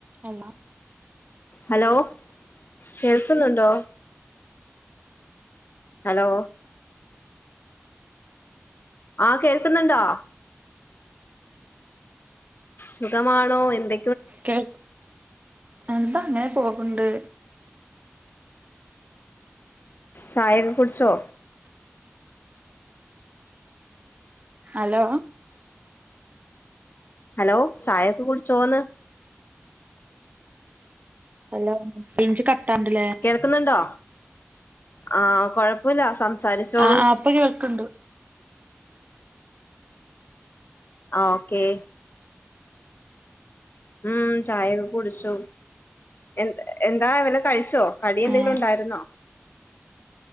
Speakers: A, on the right; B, on the left.
A: Hello
B: hello, കേൾക്കുന്നുണ്ടോ? Hello, ആഹ് കേൾക്കുന്നുണ്ടോ? സുഖമാണോ എന്തൊ.
A: കേ എന്താ അങ്ങനെ പോക്കണ്ട്
B: ചായൊക്കെ കുടിച്ചോ?
A: ഹലോ.
B: ഹലോ, ചായക്കെ കൂടിച്ചോന്ന്?
A: അല്ല റേഞ്ച് കട്ടാണ്ടല്ലേ.
B: കേൾക്ക്ന്ന്ണ്ടോ ആ കൊഴപ്പല്ല സംസാരിച്ചോളൂ.
A: ആ ആ ഇപ്പൊ കേൾക്ക്ണ്ട്
B: ആ ഓക്കെ. ഉം ചായൊക്കെ കുടിച്ചു എ എന്താ അവിട കഴി ച്ചോ കടി, എന്തെങ്കിലും
A: ആ
B: ഉണ്ടായിരുന്നോ?